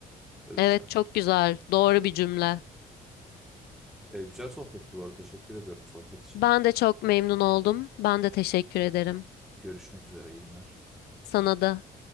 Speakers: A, in the centre; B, on the left (about 85°).
A: Böyle
B: Evet,
A: düşünüyorum.
B: çok güzel. Doğru bir cümle.
A: E, güzel sohbetti bu arada. Teşekkür ediyorum sohbet için.
B: Ben de çok memnun oldum. Ben de teşekkür ederim.
A: Görüşmek üzere. iyi günler.
B: Sana da.